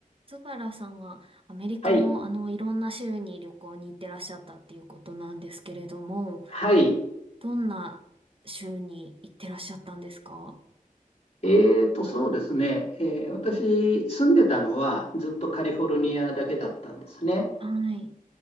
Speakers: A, on the right; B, on the left.
A: 津原さんはアメリカのあのいろんな州に旅行に行ってらっしゃったっていうことなんですけれども、
B: はい。はい。
A: どんな州に行ってらっしゃったんですか
B: えーと、そうですね。えー私、住んでたのはずっとカリフォルニアだけだったんですね。
A: はい。